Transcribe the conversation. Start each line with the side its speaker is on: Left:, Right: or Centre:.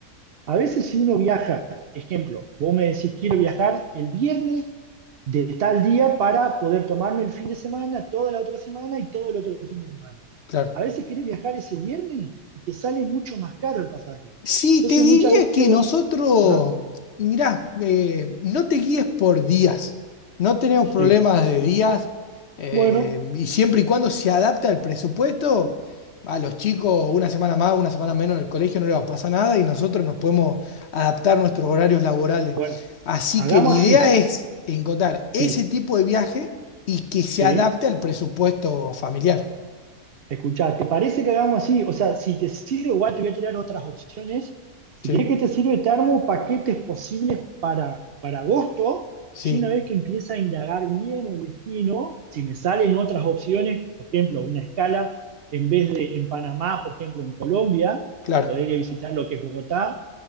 Right: A veces si uno viaja, ejemplo, vos me decís quiero viajar el viernes de tal día para poder tomarme el fin de semana, toda la otra semana y todo el otro fin de semana.
Left: claro.
Right: A veces querés viajar ese viernes y te sale mucho más caro el pasaje.
Left: Sí,
Right: Entonces
Left: te diría
Right: muchas veces
Left: que
Right: vos,
Left: nosotros,
Right: ajá,
Left: mirá, eh, no te guíes por días, no tenemos problemas
Right: sí.
Left: de días eh,
Right: bueno,
Left: y siempre y cuando se adapte al presupuesto, a los chicos una semana más, una semana menos en el colegio no les va a pasar nada y nosotros nos podemos adaptar a nuestros horarios laborales.
Right: Bueno,
Left: Así
Right: hagamos
Left: que la idea
Right: así,
Left: es encontrar ese
Right: sí,
Left: tipo de viaje y que se
Right: sí.
Left: adapte al presupuesto familiar.
Right: Escuchá, ¿te parece que hagamos así? O sea, si te sirve, igual te voy a tirar otras opciones. Si
Left: Sí,
Right: querés que te sirve, te armo paquetes posibles para, para agosto.
Left: sí,
Right: Yo una vez que empieza a indagar bien el destino, si me salen otras opciones, por ejemplo, una escala, en vez de en Panamá, por ejemplo, en Colombia,
Left: claro.
Right: poder ir a visitar lo que es Bogotá,